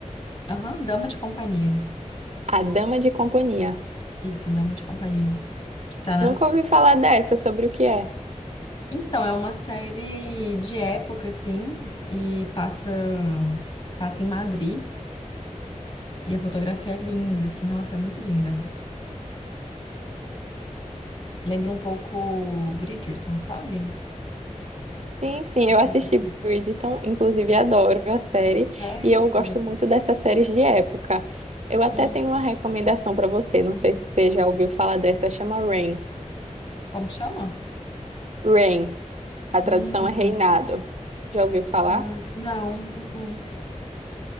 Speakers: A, on the left (about 45°); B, on the right (about 60°).
A: Aham, Dama de Companhia.
B: A Dama de Companhia.
A: Isso, Dama de Companhia. Que tá na,
B: Nunca ouvi falar dessa, sobre o que é.
A: Então, é uma série de época, assim, e passa, passa em Madrid. E a fotografia é linda, assim, nossa, é muito linda. Lembra um pouco Bridgerton, sabe?
B: Sim, sim, eu assisti
A: Esse filme.
B: Bridgerton, inclusive adoro a série,
A: É,
B: e eu
A: você
B: gosto
A: gostou?
B: muito dessas séries de época. Eu até
A: Hum,
B: tenho uma recomendação para você, não sei se você já ouviu falar dessa, chama Reign.
A: Como que chama?
B: Reign, a
A: Hum,
B: tradução é reinado.
A: não,
B: Já ouviu falar?
A: Ah, não. hum, hum.